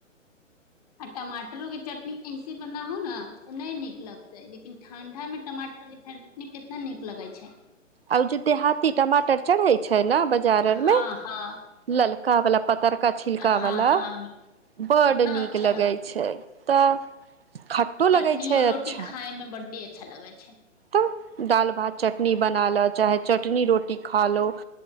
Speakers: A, on the left; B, on the right.
A: आ टमाटरो के चटनी ऐसे बनाहु न त नहि नीक लगते लेकिन ठंडा मे टमाटर चटनी कितना नीक लगे छै
B: आ ओ जे देहाती टमाटर चढ़ैत छै न बाजार आर
A: हँ
B: में
A: हँ
B: ललकावला पतारका छिलकावला
A: हँ हँ
B: बड
A: कितना
B: नीक
A: अच्छा
B: लगै छै तऽ खट्टो
A: चटनीओ
B: लगै छै
A: रोटी
B: अच्छा
A: खाायमे बड्डी अच्छा लगै छै
B: तऽ दाल भात चटनी बना लो चाहे चटनी रोटी खा लो